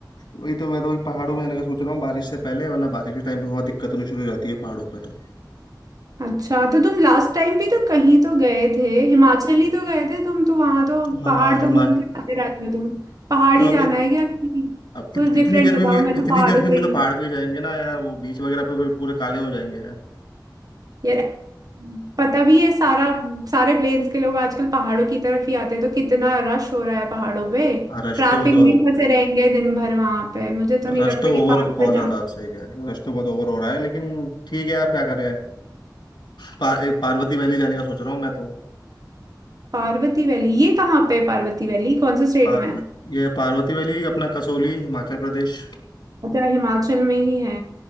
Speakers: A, on the left; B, on the right.
A: वही तो मैं तो अभी पहाड़ों में जाने का सोच रहा हूँ बारिश से पहले वरना बारिश के टाइम पे बहुत दिक्कत होनी शुरू हो जाती है पहाड़ों पे तो
B: अच्छा तो तुम लास्ट टाइम भी तो कहीं तो गए थे हिमाचल ही तो गए थे तुम तो वहां तो
A: हाँ
B: पहाड़
A: हिमाचल
B: तो घूम के आते रहते हो तुम पहाड़
A: तो
B: ही
A: अब
B: जाना
A: इ-
B: है क्या
A: अब इत,
B: कुछ डिफरेंट
A: इतनी गर्मी
B: बताओ
A: में
B: मैं
A: इतनी
B: तो पहाड़ों
A: गर्मी में
B: से
A: तो
B: ही
A: पहाड़
B: हूँ।
A: पे ही जाएंगे ना यार वो बीच वगैरह पे तो फिर पूरे काले हो जाएंगे यार
B: यार पता भी है सारा सारे प्लेन्स के लोग आजकल पहाड़ों की तरफ ही आते हैं तो कितना रश हो रहा है पहाड़ों पे
A: हाँ, रश
B: ट्रैफिक
A: तो वो तो
B: में फंसे रहेंगे दिन भर वहां पे मुझे तो नहीं
A: रश
B: लगता
A: तो
B: कि
A: ओवर
B: पार्वती
A: बहुत ज्यादा सही कह रही हो रश तो बहुत ओवर हो रहा है लेकिन ठीक है आप क्या करें पार, एक पार्वती वैली जाने का सोच रहा हूँ मैं तो
B: पार्वती वैली ये कहाँ पे है पार्वती वैली कौन से स्टेट
A: पार
B: में है
A: ये पार्वती वैली अपना कसौली हिमाचल प्रदेश
B: अच्छा हिमाचल में ही है